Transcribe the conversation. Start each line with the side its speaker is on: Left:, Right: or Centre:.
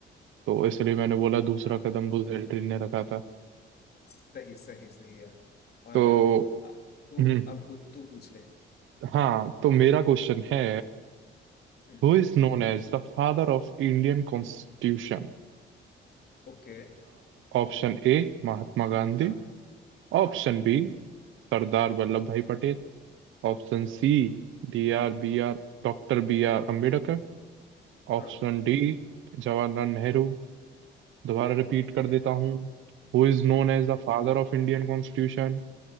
Right: तो इसलिए मैंने बोला दूसरा
Left: हाँ हाँ
Right: कदम बुज एल्ड्रिन ने रखा था
Left: सही सही सही यार और
Right: तो
Left: अ, तू
Right: हम्म
Left: अब पू- तू पूछ ले
Right: हाँ तो मेरा क्वेश्चन है
Left: हम्म
Right: Who is known as the father of Indian constitution
Left: ओके
Right: Option A Mahatma Gandhi
Left: हाँ हाँ
Right: Option B Sardar Vallabh Bhai Patel Option
Left: हाँ
Right: C D R B R doctor B R Ambedkar
Left: हाँ
Right: Option D Jawaharlal Nehru दोबारा रिपीट
Left: ओके
Right: कर देता हूँ Who is
Left: हम्म
Right: known as the father of Indian constitution